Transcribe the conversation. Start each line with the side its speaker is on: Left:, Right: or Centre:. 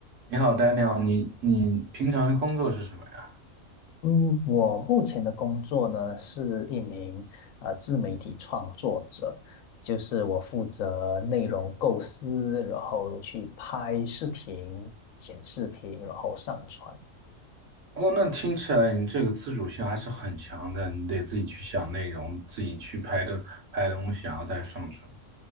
Right: 你好 d a n i 你你平常的工作是什么呀？
Left: 嗯，我目前的工作呢是一名呃自媒体创作者，就是我负责内容构思，然后去拍视频、剪视频，然后上传。
Right: 哦，那听起来你这个自主性还是很强的，你得自己去想内容，自己去拍的拍东西，然后再上传。